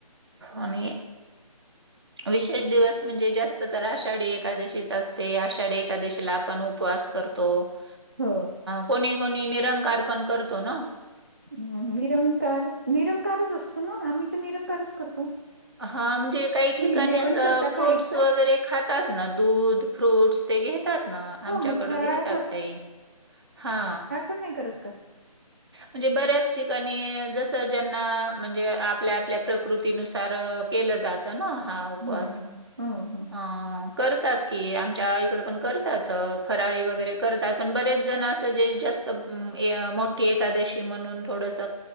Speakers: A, on the right (about 45°); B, on the right (about 30°).
A: आणि
B: <inaudible>
A: विशेष दिवस म्हणजे जास्त तर आषाढी एकादशीच असते आषाढी एकादशीला आपण उपवास करतो करतो
B: हो
A: कोणी कोणी निरंकार पण करतो ना
B: हम् निरंकार निरंकारच असतो ना आम्ही तर निरंकारच करतो
A: हा म्हणजे काही
B: तुम्ही
A: ठिकाणी
B: जेवण
A: असं
B: करता
A: फ्रूट्स
B: का एकदा
A: वगैरे खातात ना दूध फ्रूट्स ते घेतात आमच्याकडं
B: ह मग फराळ
A: घेतात काही हा
B: कोड नाही करत का <unintelligible>
A: म्हणजे बऱ्याच ठिकाणी जसं ज्यांना म्हणजे आपल्या आपल्या प्रकृतीनुसार केलं जात ना हा उपवास
B: ह ह ह ह
A: अ करतात की आमच्या इकड पण करतात फराळी वगैरे करतात पण बरेच जण असं जे जास्त मोठी एकादशी म्हणून थोडस